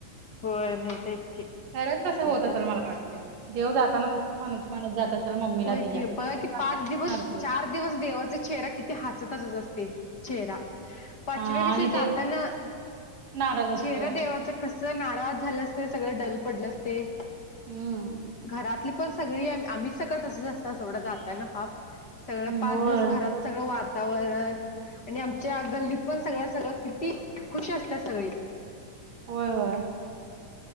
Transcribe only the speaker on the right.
खरंच तसं होत
असलं मला वाटतयं. देव जाताना तसंच म्हणत म्हणत जात असेल मम्मीला
तिच्या
सांगत
असणार तो.
हा
आणि
ते नाराज असतोय
हम्म.
होय
होय होय.